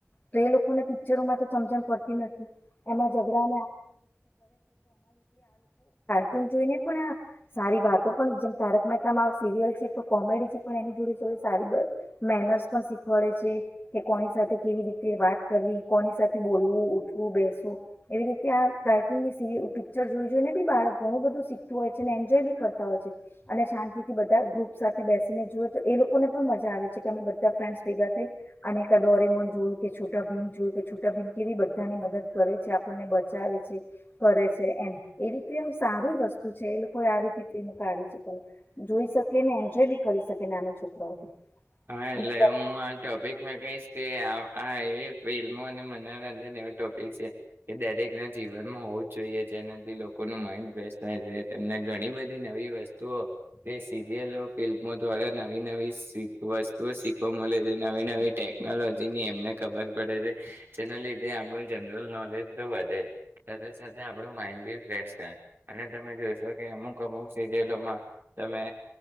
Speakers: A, on the left; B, on the right.
A: તો એ લોકોને પિક્ચરોમાં તો સમજણ પડતી નથી એમાં ઝઘડા ત જોઈને પણ સારી વાતો પણ જેમ તારક મહેતા મા સિરિયલ છે કોમેડી છે પણ એની જોડે જોડે સારી મેનર્સ પણ શીખવાડે છે. કે કોની સાથે કેવી રીતે વાત કરવી કોની સાથે બોલવું ઉઠવું બેસવું એવી રીતે આ કાર્ટૂનની સિરી પિક્ચર જોઈ જોઈને બી બાળક ઘણું બધું શીખતું હોય છે અને એન્જોય બી કરતા હોય છે અને શાંતિ થી બધા ગ્રુપ સાથે બેસીને જોુએ તો એ લોકોને પણ મજા આવે છે કે અમે બધા ફ્રેન્ડસ ભેગા થઈ અને ક દોરેમોન જોયું કે છોટા ભીમ જોયું કે છૂટા ભીમ કેવી બધાની મદદ કરે છે આપણને બચાવે છે કરે છે એમ એવીતે એમ સારું વસ્તુ છે એ લોકો આ રીતે પ્રેમ કાઢે છે પણ જોઈ શકે ને એન્જોય બી કરી શકે નાના છોકરાઓ બી
B: હા એટલે
A: અને
B: હું આ ટોપિક હું કહીશ કે આ એવી ફિલ્મો અને મનોરંજન એવ ટોપિક છે એ દરેક ના જીવનમાં હોવું જ જોઈએ જેનાથી લોકોનું માઇડ ફ્રેશ થાય છે તેમને ઘણી બધી નવી વસ્તુઓ એ સીરિયલો <unintelligible> દ્વારા નવી નવી શીખ વસ્તુઓ શીખવા મળે છે નવી નવી ટેકનોલોજીની એમને ખબર પડે છે જેના લીધે આપણું જનરલ નોલેજ તો વધે સાથે સાથે આપણું માઇન્ડ બી ફ્રેશ થાય અને તમે જોશો કે અમુક અમુક સિરિયલોમાં તમે